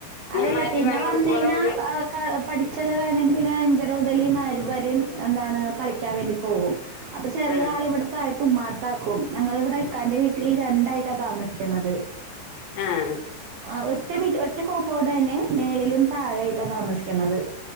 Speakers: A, on the right (about 80°); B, on the left (about 80°).
A: അതല്ല
B: മഗ്‌രിബ്
A: പിന്നെ
B: ബാങ്ക്
A: വന്നയിഞ്ഞാ
B: കൊടുക്കുവോളം ഓല്
A: ആ ക പഠിച്ചൊക്കെ കഴിഞ്ഞിട്ട് പിന്നെ അഞ്ചര മുതല് മഗ്‌രിബ് വരെ എന്താണ് കളിക്കാൻ വേണ്ടി പോകും. അപ്പ ചെറിയ
B: ആ
A: ആള് ഇവിടുത്തായി തുമ്മാത്താക്കും. ഞങ്ങള ഇവിടെ ഇക്കാന്റെ വീട്ടില് ഈ രണ്ടായിട്ടാ താമസിക്കന്നത്.
B: ആഹ്
A: ആ ഒറ്റ വീ ഒറ്റ കോമ്പോട് തന്നെ മേലെയും താഴെയായിട്ടാ താമസിക്കുന്നത്.